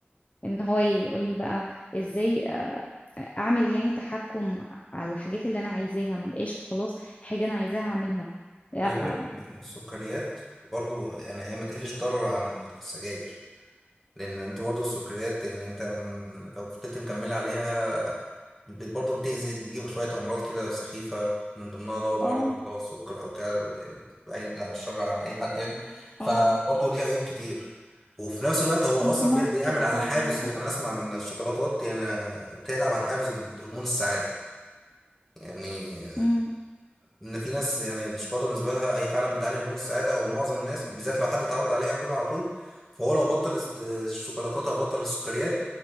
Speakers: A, on the left; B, in the centre.
A: ان هو يقول لي بقى ازاي اعمل يعني تحكم على الحاجات اللي انا عايزاها ما بقاش خلاص حاجة انا عايزاها اعملها لا
B: خلي بالك ان إن السكريات برضو يعني هي ما تقلش ضرر عن السجاير لان انت برضو السكريات يعني انت لو فضلت مكمله عليها بت- برضه بتأذي تجيب شوية أمراض كده سخيفة من ضمنها اللي هو المرض
A: اه
B: اللي هو السكر أو كده يعني بعيد عن الشر عن أي حد يعني فبرضه
A: اه
B: ليه عيوب كتير وفي نفس الوقت هو
A: انا
B: أصلا
A: سمعت
B: بي- بيعمل
A: كده فعلا
B: على حافز
A: للاسف
B: أنا أسمع إن الشوكولاتات يعني بتلعب على حافز هرمون السعادة يعني
A: امم
B: ان في ناس يعني الشوكولاته بالنسبه لها هي فعلا بتعلي هرمون السعاده او معظم الناس بالذات لو حد اتعود عليها كلها على طول فهو لو بطل الس- الشوكولاتات او بطل السكريات